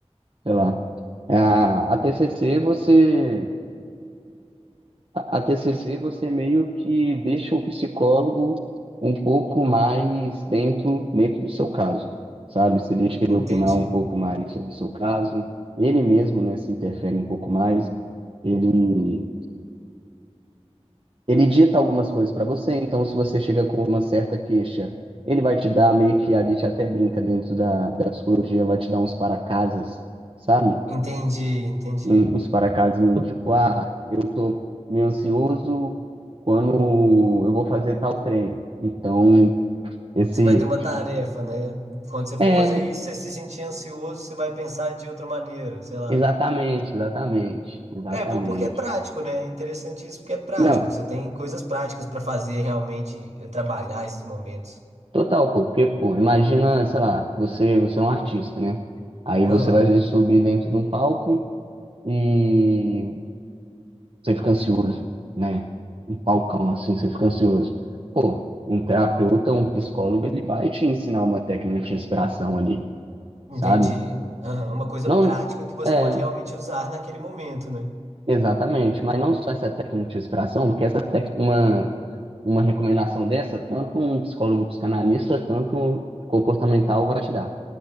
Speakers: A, on the right; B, on the right.
A: sei lá. A, a TCC você a, a TCC você meio que deixa o psicólogo um pouco mais dentro dentro do seu caso, sabe? Você deixa ele
B: Entendi.
A: opinar um pouco mais sobre o seu caso, ele mesmo, né, se interfere um pouco mais. Ele ele dita algumas coisas para você, então se você chega com uma certa queixa, ele vai te dar meio que a gente até brinca dentro da, da psicologia, vai te dar uns para-casas, sabe?
B: Entendi, entendi.
A: um- uns paracasinhos, tipo, ah, eu tô meio ansioso quando eu vou fazer tal treino. Então, esse.
B: Você vai ter uma tarefa, né? Quando você for
A: É,
B: fazer isso, você se sentir ansioso, você vai pensar de outra maneira, sei lá.
A: exatamente, exatamente, exatamente.
B: É bom porque é prático, né? É interessante isso porque é prático.
A: Não,
B: Você tem coisas práticas para fazer realmente eh, trabalhar esses momentos.
A: total, pô, porque, pô, imagina, sei lá, você, você é um artista, né? Aí
B: Aham,
A: você vai subir dentro de um palco e você fica ansioso, né? Um palcão assim, você fica ansioso. Pô, um terapeuta, um psicólogo, ele vai te ensinar uma técnica de respiração ali.
B: Entendi.
A: sabe?
B: Aham, Uma coisa
A: Não,
B: prática que você
A: é,
B: pode realmente usar naquele momento, né?
A: exatamente, mas não só essa técnica de respiração, porque essa técnica, uma, uma recomendação dessa, tanto um psicólogo um psicanalista, tanto um comportamental vai te dar,